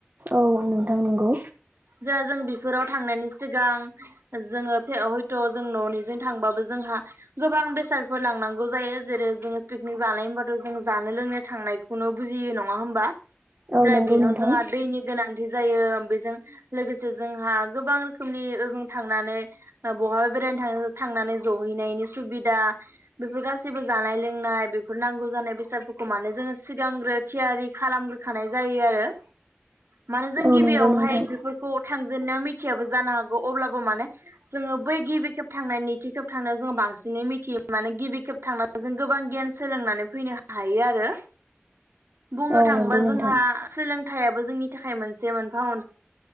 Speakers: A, on the right; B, on the right.
A: औ नोंथां नंगौ
B: जा जों बेफोराव थांनायनि सिगां जोंङो फेवड थ जों न'निजों थांबाबो जोंहा गोबां बेसादफोर लांनांगौ जायो जेरै जोंङो पिकनिक जानाय होमबाथ' जों जानो लोंनो थांनायखौनो बुजियो नंङा होमबा। ओमफ्राय
A: औ नंगौ
B: बेयाव
A: नोंथां
B: जोंहा दैनि गोनां थि जायो बेजों लोगोसे जोंहा गोबां रोखोमनि ओजों थांनानै बहा बेरायनो थांनानै ज हैनायनि सुबिदा बेफोर गासैबो जानाय लोंनाय बे फोर नांगौ जानाय बेसादफोरखौ माने जोंङो सिगांग्रो थियारि खालामग्रोखानाय जायो आरो। मानो जों
A: औ
B: गिबियावहाय
A: नंगौ नोंथां
B: बेफोरखौ थांजेननाया मि थियाबो जानो हागौ अब्लाबो माने जोंङो बै गिबि खेब थांनाय निथि खेब थांनायाव जोंङो बांसिनै मिथियो माने गिबि खेब थांनानै जों गोबां गियान सोलोंनानै फैनो हायो आरो बुंनो
A: औ
B: थाङोबा
A: नंगौ नोंथां
B: जोंहा सोलोंथाइयाबो जोंनि थाखाय मोनसे मोनफा मोन